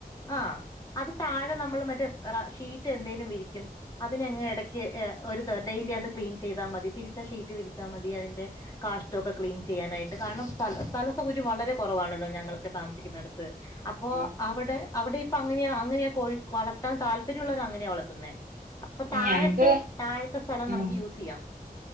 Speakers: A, on the left; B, on the right.
A: ആഹ് അത് താഴെ
B: ആഹ്
A: നമ്മള് മറ്റേ ഷീറ്റ് എന്തേലും വിരിക്കും അതിനെയങ്ങ് എടക്ക് ഒരു ഡെയിലി അത് ക്ലീൻ ചെയ്താൽ മതി തിരിച്ച ഷീറ്റ് വിരിച്ചാ മതി അതിന്റെ കാഷ്ടവൊക്കെ ക്ലീൻ ചെയ്യാനായിട്ട് കാരണം സ്ഥല സ്ഥലസൗകര്യം വളരെ കൊറവാണല്ലോ ഞങ്ങളൊക്കെ താമസിക്കുന്ന അടുത്ത് അപ്പോ
B: ആഹ്
A: അവടെ അവടെ ഇപ്പോ അങ്ങനെയ അങ്ങനെയാ കോഴി വളർത്താൻ താല്പര്യ ഒള്ളവര് അങ്ങനെയാ വളർത്തുന്നെ അപ്പ താഴത്ത്
B: ഞങ്ങക്ക്
A: താഴത്തെ സ്ഥലം
B: ഉം
A: നമുക്ക് യൂസ് ചെയ്യാം